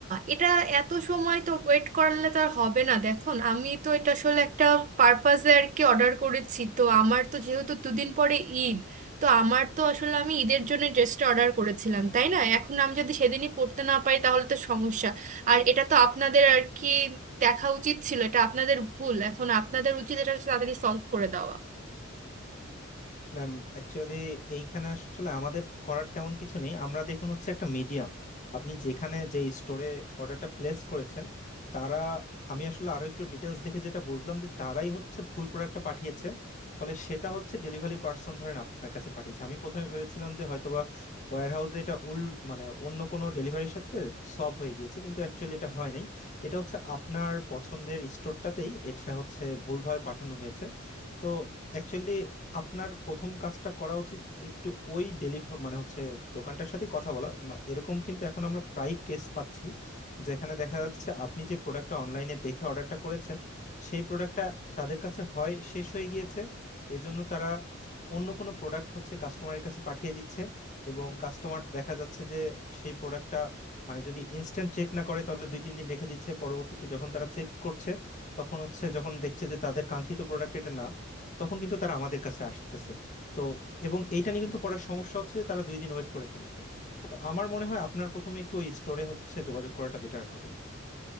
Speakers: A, on the right; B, on the left.
A: এটা এত সময় তো ওয়েট করলে তো আর হবে না দেখুন আমি তো এটা আসলে একটা পারপাজে আর কি অর্ডার করেছি তো আমার তো যেহেতু দুদিন পরে ঈদ তো আমার তো আসলে আমি ঈদের জন্য ড্রেসটা অর্ডার করেছিলাম তাই না এখন আমি যদি সেদিনই পরতে না পারি তাহলে তো সমস্যা আর এটা তো আপনাদের আর কি দেখা উচিত ছিল এটা আপনাদের ভুল এখন আপনাদের উচিত এটা তাড়াতাড়ি সলভ করে দেওয়া
B: ম্যাম অ্যাকচুয়ালি এইখানে আসলে আমাদের করার তেমন কিছু নেই আমরা দেখুন হচ্ছে একটা মিডিয়াম আপনি যেখানে যে স্টোরে অর্ডারটা প্লেস করেছেন তারা আমি আসলে আরো একটু ডিটেলস দেখে যেটা বুঝলাম যে তারাই হচ্ছে ভুল প্রোডাক্টটা পাঠিয়েছে ফলে সেটা হচ্ছে ডেলিভারি পার্সন ধরেন আপনার কাছে পাঠিয়েছে আমি প্রথমে ভেবেছিলাম যে হয়তোবা ওয়্যার হাউসে এটা উল মানে অন্য কোনো ডেলিভারির সাথে সব হয়ে গিয়েছে কিন্তু অ্যাকচুয়ালি এটা হয় নাই এটা হচ্ছে আপনার পছন্দের স্টোরটাতেই এটা হচ্ছে ভুলভাবে পাঠানো হয়েছে তো অ্যাকচুয়ালি আপনার প্রথম কাজটা করা উচিত একটু ওই ডেলিভার মানে হচ্ছে দোকানটার সাথে কথা বলা মা- এরকম কিন্তু এখন আমরা প্রায় কেস পাচ্ছি যেখানে দেখা যাচ্ছে আপনি যে প্রোডাক্টটা অনলাইনে দেখে অর্ডারটা করেছেন সেই প্রোডাক্টটা তাদের কাছে হয় শেষ হয়ে গিয়েছে এজন্য তারা অন্য কোনো প্রোডাক্ট হচ্ছে কাস্টমারের কাছে পাঠিয়ে দিচ্ছে এবং কাস্টমার দেখা যাচ্ছে যে সেই প্রোডাক্টটা মানে যদি ইনস্ট্যান্ট চেক না করে তাহলে দুই তিন দিন রেখে দিচ্ছে পরবর্তীতে যখন তারা চেক করছে তখন হচ্ছে যখন দেখছে যে তাদের কাঙ্ক্ষিত প্রোডাক্ট এটা না তখন কিন্তু তারা আমাদের কাছে আসতেছে তো এবং এইটা নিয়ে কিন্তু পড়ার সমস্যা হচ্ছে যে তারা দুই দিন ওয়েট করে ফেলেছে তো আমার মনে হয় আপনার প্রথমে একটু ওই স্টোরে হচ্ছে যোগাযোগ করাটা বেটার হবে